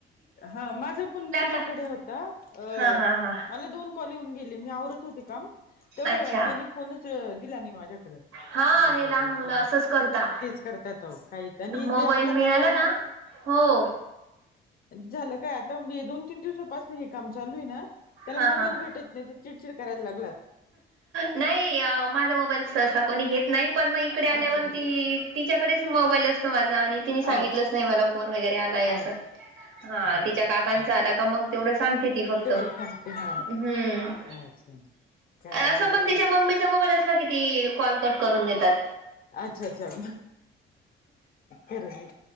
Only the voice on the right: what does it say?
का
हा हा हा
अच्छा
हा
हे
लहान
मुलं असंच करता
मोबाईल
मिळाला
ना हो.
हा
हा
नाही माझा मोबाईल ससा कोणी घेत नाही. पण मग इकडे
आल्यावरती तिच्याकडेच मोबाईल असतो माझा, आणि ति सांगितलंच
नाही मला फोन वगैरे आ लाय असं.
हा
तिच्या काकांचा आला का मग तेवढं सांगते ती फक्त
हम्म.
असं मग
तिच्या मम्मीचा मोबाईल असला कि ती कॉल कट करून देतात.